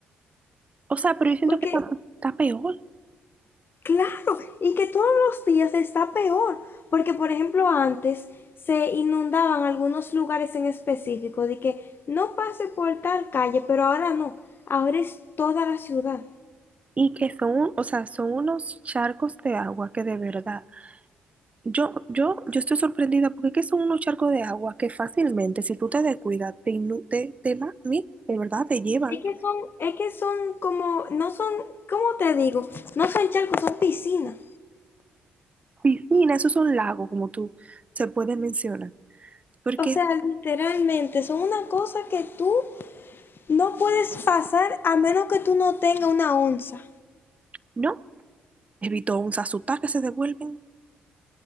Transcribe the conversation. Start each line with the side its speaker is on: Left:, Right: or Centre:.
Right: O sea, pero yo siento
Left: Porque,
Right: que está, está peor
Left: claro, y que todos los días está peor. Porque, por ejemplo, antes se inundaban algunos lugares en específico de que no pase por tal calle, pero ahora no. Ahora es toda la ciudad.
Right: y que son, o sea, son unos charcos de agua que de verdad Yo, yo, yo estoy sorprendida porque es que son unos charcos de agua que fácilmente, si tú te descuidas, te, innu- te, te va- ni- de verdad te llevan.
Left: Es que son, es que son como, no son, ¿cómo te digo? No son charcos, son piscinas.
Right: Piscina, esos son lagos, como tú se puede mencionar. Porque
Left: O sea, literalmente, son una cosa que tú no puedes pasar a menos que tú no tengas una onza.
Right: no, evitó un sasutá que se devuelven.